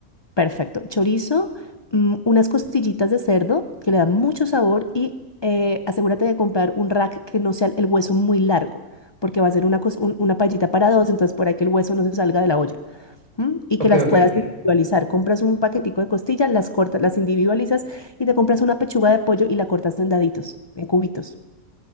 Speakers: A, on the left; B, on the right.
A: Perfecto. Chorizo, mm, unas costillitas de cerdo que le dan mucho sabor y eh, asegúrate de comprar un rack que no sea el hueso muy largo, porque va a ser una, cos- un- una paellita para dos, entonces por ahí que el hueso no se salga de la olla. ¿m? Y
B: Ok,
A: que las
B: ok,
A: puedas
B: ok.
A: individualizar. Compras un paquetico de costillas, las cortas, las individualizas y te compras una pechuga de pollo y la cortas en daditos, en cubitos.